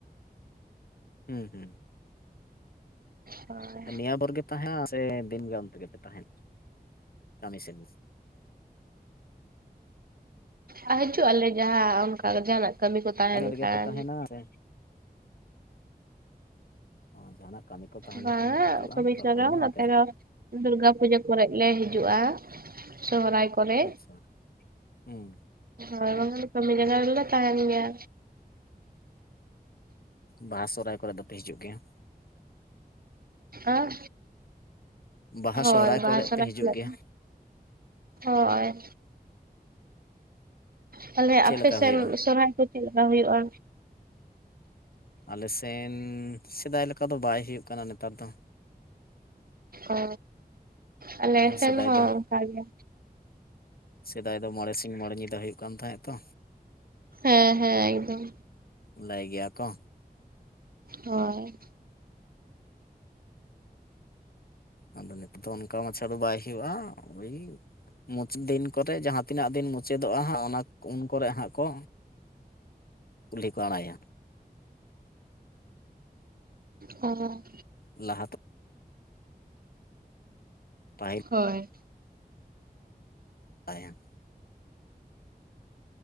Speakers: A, on the left (about 65°); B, on the right (about 65°).
A: ᱦᱩᱸ ᱦᱩᱸ
B: ᱦᱳᱭ
A: ᱱᱤᱭᱟᱹ ᱵᱷᱳᱨ ᱜᱮ ᱛᱟᱦᱮᱸᱱᱟ ᱥᱮ ᱫᱤᱱᱜᱟᱱ ᱛᱮᱜᱮ ᱯᱮ ᱛᱟᱦᱮᱸᱱᱟ ᱠᱟᱹᱢᱤ ᱥᱮᱫ?
B: ᱟᱨ ᱦᱤᱡᱩᱜ ᱟᱞᱮ ᱡᱟᱦᱟᱸ ᱚᱱᱠᱟ ᱡᱟᱦᱟᱱᱟᱜ ᱠᱟᱹᱢᱤ ᱠᱚ ᱛᱟᱦᱮᱱ
A: ᱨᱮᱜᱮ
B: ᱠᱷᱟᱱ᱾
A: ᱯᱮ ᱛᱟᱦᱮᱸᱱᱟ ᱥᱮ ᱚ ᱡᱟᱦᱟᱱᱟᱜ ᱠᱟᱹᱢᱤ ᱠᱚ ᱛᱟᱦᱮᱸᱱ
B: ᱵᱟᱝ
A: ᱠᱷᱟᱱ ᱦᱤᱡᱩᱜᱼᱟ
B: ᱠᱚᱵᱤᱥᱚ
A: ᱵᱟᱠᱷᱟᱱ
B: ᱦᱚᱸ ᱱᱚᱛᱮ
A: ᱚᱱᱛᱮ ᱨᱮᱜᱮ
B: ᱫᱚ ᱫᱩᱨᱜᱟ ᱯᱩᱡᱟᱹ ᱠᱚᱨᱮ ᱜᱮᱞᱮ ᱦᱤᱡᱩᱜᱼᱟ᱾ ᱥᱚᱦᱨᱟᱭ ᱠᱚᱨᱮ
A: ᱟᱪᱪᱷᱟ ᱦᱩᱸ
B: ᱦᱳᱭ ᱵᱟᱝᱠᱷᱟᱱ ᱠᱟᱹᱢᱤ ᱡᱟᱭᱜᱟ ᱨᱮᱞᱮ ᱛᱟᱦᱮᱸᱱ ᱜᱮᱭᱟ
A: ᱵᱟᱦᱟ ᱥᱚᱦᱚᱨᱟᱭ ᱠᱚᱨᱮ ᱫᱚ ᱯᱮ ᱦᱤᱡᱩᱜ ᱜᱮᱭᱟ
B: ᱟᱨ
A: ᱵᱟᱦᱟ
B: ᱦᱳᱭ
A: ᱥᱚᱨᱦᱟᱭ
B: ᱵᱟᱦᱟ
A: ᱠᱚ ᱨᱮ
B: ᱥᱚᱦᱨᱟᱭ
A: ᱯᱮ ᱦᱤᱡᱩᱜ
B: ᱦᱤᱞᱳᱜ
A: ᱜᱮᱭᱟ
B: ᱦᱳᱭ ᱛᱟᱦᱚᱞᱮ
A: ᱪᱮᱫ
B: ᱟᱯᱮ
A: ᱞᱮᱠᱟ
B: ᱥᱮᱱ
A: ᱦᱩᱭᱩᱜᱼᱟ
B: ᱥᱚᱨᱦᱟᱭ ᱠᱚ ᱪᱮᱫ ᱞᱮᱠᱟ ᱦᱩᱭᱩᱜᱼᱟ
A: ᱟᱞᱮ ᱥᱮᱱ ᱥᱮᱫᱟᱭ ᱞᱮᱠᱟ ᱫᱚ ᱵᱟᱭ ᱦᱩᱭᱩᱜ ᱠᱟᱱᱟ ᱱᱮᱛᱟᱨ ᱫᱚ
B: ᱚ ᱟᱞᱮ
A: ᱡᱟᱦᱟᱸ
B: ᱥᱮᱱ
A: ᱥᱮᱫᱟᱭ
B: ᱦᱚᱸ
A: ᱫᱚ
B: ᱚᱝᱠᱟ ᱜᱮ
A: ᱥᱮᱫᱟᱭ ᱫᱚ ᱢᱚᱬᱮ ᱥᱤᱧ ᱢᱚᱬᱮ ᱧᱤᱫᱟᱹ ᱦᱩᱭᱩᱜ ᱠᱟᱱ ᱛᱟᱦᱮᱸᱜ-ᱟ ᱛᱚ
B: ᱦᱮᱸ ᱦᱮᱸ ᱮᱠᱫᱚᱢ
A: ᱞᱟᱹᱭ ᱜᱮᱭᱟ ᱠᱚ
B: ᱦᱳᱭ
A: ᱟᱫᱚ ᱱᱤᱛᱳᱜ ᱫᱚ ᱚᱱᱠᱟ ᱢᱟᱪᱷᱟ ᱫᱚ ᱵᱟᱭ ᱦᱩᱭᱩᱜᱼᱟ ᱳᱭ ᱢᱩᱪᱟᱹᱫ ᱫᱤᱱ ᱠᱚᱨᱮ ᱡᱟᱦᱟᱸ ᱛᱤᱱᱟᱹᱜ ᱫᱤᱱ ᱢᱩᱪᱟᱹᱫᱚᱜᱼᱟ ᱦᱟᱸᱜ ᱚᱱᱟ ᱩᱱ ᱠᱚᱨᱮ ᱦᱟᱸᱜ ᱠᱚ ᱠᱩᱞᱦᱤ ᱠᱚ ᱟᱲᱟᱭᱟ
B: ᱚ
A: ᱞᱟᱦᱟᱛᱮ ᱯᱟᱹᱦᱤᱞ
B: ᱦᱳᱭ
A: ᱛᱟᱭᱟ